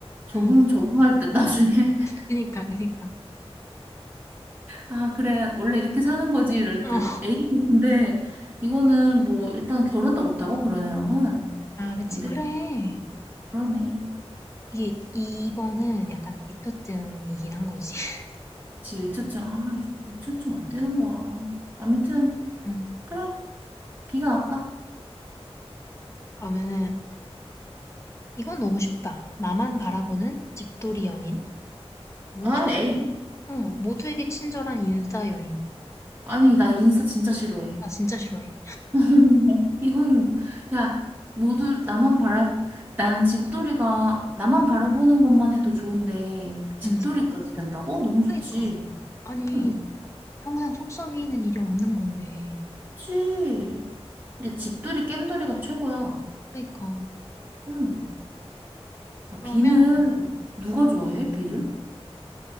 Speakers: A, on the right (about 15°); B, on the left (about 25°).
A: 적응,
B: 응.
A: 적응할 듯, 나중에. <laughs>
B: 그니까 그니까.
A: 아, 그래. 원래 이렇게 사는 거지, 이럴
B: 어.
A: 듯. A는 근데, 이거는 뭐, 일단 결혼도 못하고, 그런 애랑은.
B: 아 그치
A: 안 될,
B: 그래.
A: 듯. 그러네.
B: 이게 2번은 약간 미처증이긴 한 거지. <laughs>
A: 그치, 외초증. 아, 또 외초증 안 되는 거야. 아무튼,
B: 응.
A: 그래. 비가 와빠
B: 그러면은 이건 너무 쉽다. 나만 바라보는 집돌이 연인 모두에게
A: 아, 에이.
B: 어 모두에게 친절한 인싸 연인.
A: 아니, 나 인사 진짜 싫어해.
B: 나 진짜 싫어해.
A: <laughs> 이건 야, 모두 나만 바라, 나는 집돌이가, 나만 바라보는 것만 해도 좋은데, 집돌이까지
B: 응.
A: 된다고? 너무 좋지.
B: 그니까. 아니,
A: 응,
B: 평생 속 썩이는 일이 없는 건데.
A: 그치. 야, 집돌이, 겜돌이가 최고야.
B: 그니까.
A: 응. 아,
B: 그러면
A: 비는, 누가 좋아해, 비를?